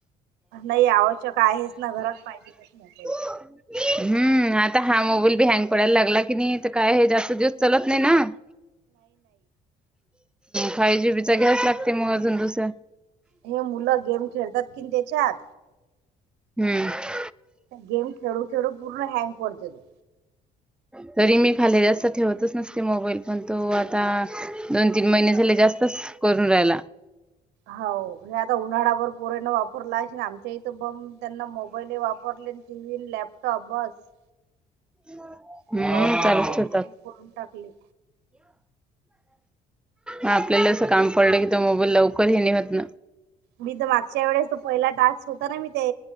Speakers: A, on the right; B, in the centre.
A: बाई आवश्यक आहेच ना, घरात पाहिजे तस नाही.
B: हम्म. आता, हा मोबाईल बी हँग पडायला लागला की नाही काय जास्त दिवस चालत नाही ना हं.. फाईव्ह जीबीचा घ्यावाच लागते, मग अजून दुसरा.
A: हे मुलं गेम, खेळतात की तेच्यात.
B: हम्म.
A: गेम खेळू खेळू पूर्ण हँग पडतेले.
B: तरी मी खाली जास्तं ठेवतच नसत ते मोबाईल पण तो आता दोन तीन महिने झाले जास्तच करून राहिला.
A: हो हे आता उन्हाळा भर पोरायण वापरला असेन आमच्याहीथ बम त्यांना मोब पहिले वापरले टीव्ही न लॅपटॉप बसं.
B: <unintelligible>
A: ती पाहून पाहून
B: चालूच ठेवतात.
A: तीन करून टाकली.
B: आपल्याला अस काम पडलं की तो मोबाईल लवकर हे नि होत ना.
A: मी तर मागच्या वेळेस तो पहिला टास्क होता ना मी ते.